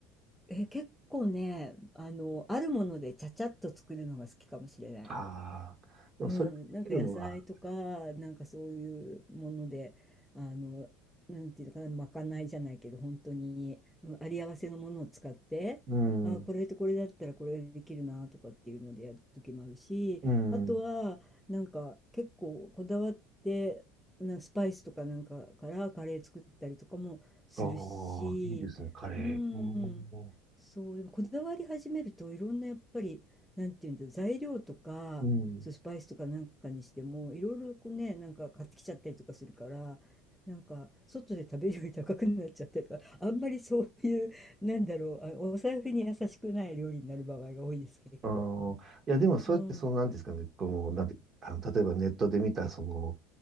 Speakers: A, in the centre; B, on the right.
A: え、結構ね、あの、あるものでちゃちゃっと作るのが好きかもしれない。
B: ああー、でもそれができるのは、
A: うん、なんか野菜とか、なんかそういうもので、あの、なんていうのかな、まかないじゃないけど、本当に、うん、あり合わせのものを使って、
B: うん、
A: あー、これとこれだったらこれができるなとかっていうのでやる時もあるし、
B: うん。
A: あとは、なんか結構こだわって、なんかスパイスとかなんかからカレー作ったりとかもするし、
B: ああ、いいですね、カレー。
A: うん、
B: おー
A: そう、でもこだわり始めるといろんなやっぱり、なんていうんだ、材料とか、
B: うん。
A: そうスパイスとかなんかにしてもいろいろこうねなんか買ってきちゃったりとかするからなんか外で食べるより高くなっちゃったりとかあんまりそういうなんだろうあお財布に優しくない料理になる場合が多いです結構。
B: ああ、いや、でもそうやって、
A: うん、
B: その、なんていうんですかね、この、なんて、あの、例えばネットで見た、その、